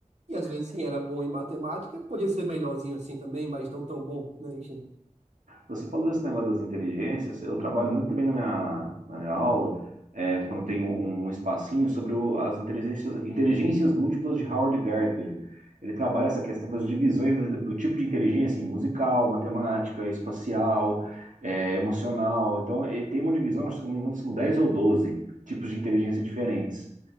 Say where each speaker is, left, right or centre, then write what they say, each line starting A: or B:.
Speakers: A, on the right; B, on the right.
A: E às vezes
B: Você
A: quem era bom em matemática podia ser melhorzinho assim também, mas não tão bom, né? Enfim.
B: você falou desse negócio das inteligências, eu trabalho muito também na minha, na minha aula, eh, quando eu tenho um, um espacinho, sobre o- as inteligências, inteligências múltiplas de Howard Gardner. Ele trabalha essa questão das divisões do, do tipo de inteligência, assim, musical, matemática, espacial, eh, emocional. Então, ele tem uma divisão, acho que se não me engano, são 10 ou 12 tipos de inteligência diferentes.